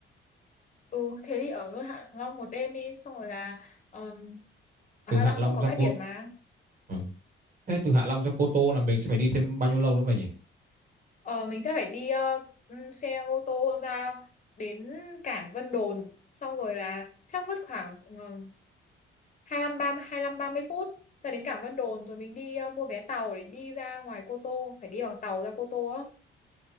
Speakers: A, on the left; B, on the right.
A: Ừ, thế thì ở luôn Hạ Long một đêm đi xong rồi là um, ở
B: Từ
A: Hạ
B: Hạ
A: Long
B: Long
A: cũng có
B: ra
A: bãi
B: Cô
A: biển mà.
B: Ờ. Thế từ Hạ Long ra Cô Tô là mình sẽ phải đi thêm bao nhiêu lâu nữa mày nhỉ?
A: Ờ, mình sẽ phải đi ờ, ừm, xe ô tô ra đến cảng Vân Đồn xong rồi là chắc mất khoảng uh, 25 30 25 30 phút ra đến cảng Vân Đồn rồi mình đi ờ, mua vé tàu để đi ra ngoài Cô Tô phải đi bằng tàu ra Cô Tô á